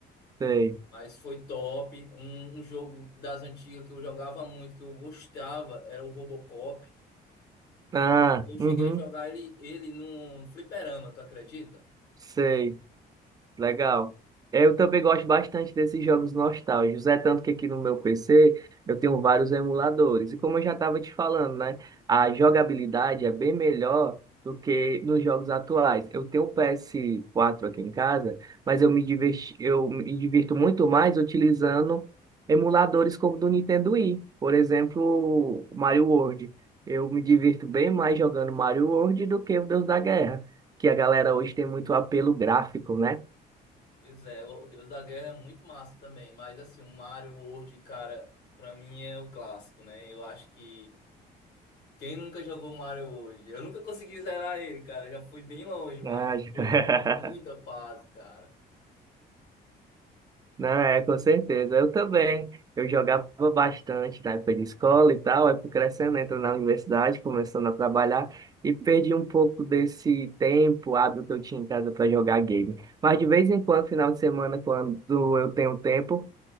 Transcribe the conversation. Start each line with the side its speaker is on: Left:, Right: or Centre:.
Right: sei.
Left: Mas foi top. Um, um jogo das antigas que eu jogava muito, que eu gostava, era o Robocop.
Right: Ah,
Left: Eu cheguei
Right: uhum,
Left: a jogar ele, ele num fliperama, tu acredita?
Right: sei. Legal. É, Eu também gosto bastante desses jogos nostálgicos. É tanto que aqui no meu PC eu tenho vários emuladores. E como eu já estava te falando, né? A jogabilidade é bem melhor do que nos jogos atuais. Eu tenho o ps quatro aqui em casa, mas eu me diverti, eu me divirto muito mais utilizando emuladores como o do Nintendo Wii. Por exemplo, o Mario World. Eu me divirto bem mais jogando Mario World do que o Deus da Guerra, que a galera hoje tem muito apelo gráfico, né?
Left: Pois é, o o Deus da Guerra é muito massa também. Mas assim, o Mario World, cara, pra mim é o clássico, né? Eu acho que quem nunca jogou Mario World? Eu nunca consegui zerar ele, cara. Eu já fui bem longe, mas,
Right: Ah, <laughs>
Left: porra, tem muita fase, cara.
Right: Não, é, com certeza. Eu também. Eu jogava bastante na época de escola e tal, aí fui crescendo, entro na universidade, começando a trabalhar e perdi um pouco desse tempo hábil que eu tinha em casa para jogar game. Mas de vez em quando, final de semana, quando eu tenho tempo,